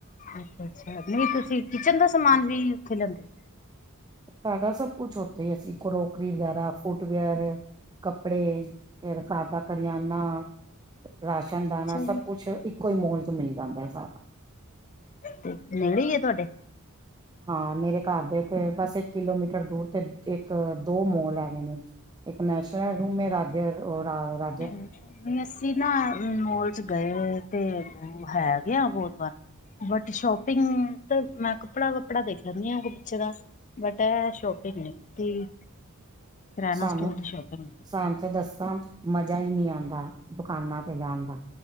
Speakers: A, on the left (about 35°); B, on the right (about 20°).
A: ਅੱਛਾ-ਅੱਛਾ ਨਈ ਤੁਸੀ ਕਿਚਨ ਦਾ ਸਮਾਨ ਵੀ ਓਥੇ ਲੈਂਦੇ ਓ?
B: ਸਾਡਾ ਸਭ ਕੁਛ ਓਥੇ ਈ ਐ। ਅਸੀ ਕ੍ਰੋਕਰੀ ਵਗੈਰਾ, ਫੁਟਵੇਅਰ ਕੱਪੜੇ, ਫੇਰ ਘਰ ਦਾ ਕਰਿਆਨਾ ਰਾਸ਼ਨ, ਦਾਨਾ,
A: ਅੱਛਾ ਜੀ
B: ਸਭ ਕੁਛ ਇੱਕੋ ਹੀ ਮੋਲ ਚ' ਮਿਲ ਜਾਂਦਾ ਹੈ ਸਾਰਾ।
A: ਤੇ ਨੇੜੇ ਈ ਏ ਤੁਹਾਡੇ?
B: ਹਾਂ, ਮੇਰੇ ਘਰ ਦੇ ਤੇ ਬਸ ਇੱਕ ਕਿਲੋਮੀਟਰ ਦੂਰ ਤੇ ਇੱਕ, ਦੋ ਮੋਲ ਐ। ਇੱਕ ਨੈਸ਼ਨਲ ਰੂਮ ਮ ਰਾਜੇ <unintelligible>
A: <unintelligible> ਜਿਨਾ ਮੋਲ ਚ' ਗਏ ਤੇ ਹੈਗੇ ਆ ਬਹੁਤ ਵਾਰ। ਬਟ, ਸ਼ੋਪਿੰਗ ਤੇ ਮੈਂ ਕੱਪੜਾ-ਵੱਪੜਾ ਦੇਖ ਲੈਂਦੀ ਹਾਂ ਬੱਚੇ ਦਾ। ਬਟ ਇਹ ਐ ਸ਼ੋਪਿੰਗ ਨੀ ਕੀਤੀ। ਕਰਿਆਨਾ
B: ਸਾਨੂੰ,
A: ਸਟੋਰ ਦੀ ਸ਼ੋਪਿੰਗ ਨਹੀਂ ਕੀਤੀ।
B: ਸਾਨੂੰ ਤੇ ਦਸਾ ਮਜ਼ਾ ਹੀ ਨਹੀਂ ਆਉਂਦਾ ਦੁਕਾਨਾਂ ਜਾਣਦਾ